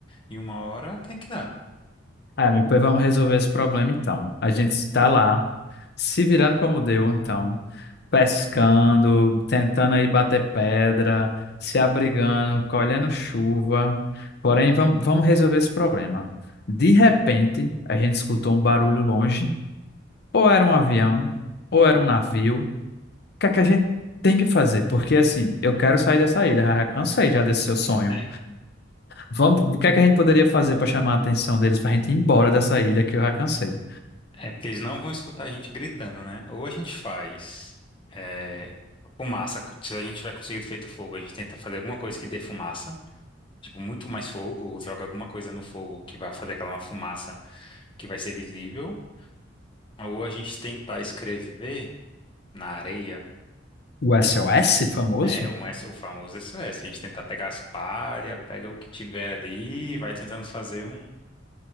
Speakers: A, on the left; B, on the left.
A: e uma hora tem que dar.
B: Ah, amigo, pois vamos resolver esse problema então. A gente está lá, se virando como deu, então. pescando, tentando aí bater pedra, se abrigando, colhendo chuva. Porém, vamos, vamos resolver esse problema. De repente, a gente escutou um barulho longe, ou era um avião, ou era um navio. O que é que a gente tem que fazer? Porque assim, eu quero sair dessa ilha, já cansei já desse seu sonho.
A: <laughs>
B: Vamos, o que é que a gente poderia fazer para chamar a atenção deles para a gente ir embora dessa ilha que eu já cansei?
A: É porque eles não vão escutar a gente gritando, né? Ou a gente faz é, fumaça, se a gente tiver conseguido feito fogo, a gente tenta fazer alguma coisa que dê fumaça, tipo muito mais fogo, ou joga alguma coisa no fogo que vai fazer aquela uma fumaça que vai ser visível, ou a gente tentar escrever na areia.
B: O SOS
A: um-
B: famoso?
A: É, um S, o famoso S O S. A gente tentar pegar as palhas, pega o que tiver ali, e vai tentando fazer um.